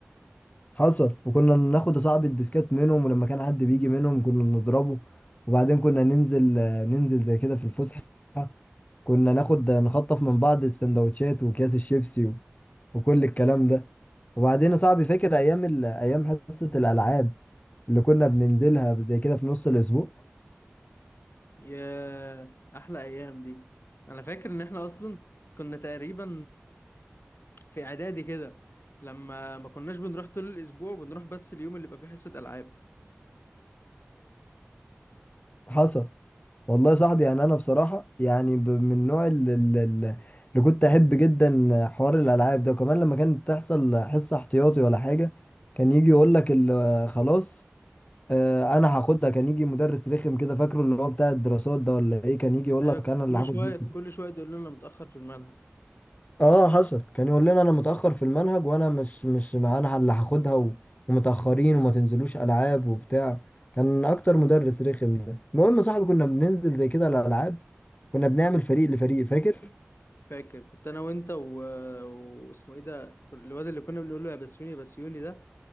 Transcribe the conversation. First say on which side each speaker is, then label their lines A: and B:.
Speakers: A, on the left; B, on the left.
A: حصل وكنا ناخد يا صاحبي الديسكات منهم ولما كان حد بيجي منهم كنا نضربه وبعدين كنا ننزل آه، ننزل زي كده في الفسحه كنا ناخد نخطف من بعض السندوتشات واكياس الشيبسي و- وكل الكلام ده وبعدين يا صاحبي فاكر ايام ال... ايام حصه الالعاب اللي كنا بننزلها زي كده في نص الاسبوع
B: يا احلى ايام دي انا فاكر ان احنا اصلا كنا تقريبا في اعدادي كده لما ما كناش بنروح طول الاسبوع بنروح بس اليوم اللي بيبقى فيه حصة العاب
A: حصل والله يا صاحبي يعني انا بصراحه يعني ب- من النوع ال- ال- ال- اللي كنت احب جدا حوار الالعاب ده وكمان لما كانت تحصل حصه احتياطي ولا حاجه كان يجي يقول لك ال- خلاص آه، انا هاخدها كان يجي مدرس رخم كده فاكره اللي هو بتاع الدراسات ده ولا ايه كان يجي يقول
B: ايوه
A: لك
B: كان
A: انا اللي
B: كل
A: هاخد
B: شوية
A: حصه
B: كل شوية يقول لنا متأخر في المنهج
A: اه حصل كان يقول لنا انا متاخر في المنهج وانا مش مش مع انا اللي هاخدها و- ومتاخرين وما تنزلوش العاب وبتاع كان اكتر مدرس رخم ده المهم يا صاحبي كنا بننزل زي كده الالعاب كنا بنعمل فريق لفريق فاكر
B: فاكر كنت انا وانت و... واسمه ايه ده الواد اللي كنا بنقول له يا بسيوني يا بسيوني ده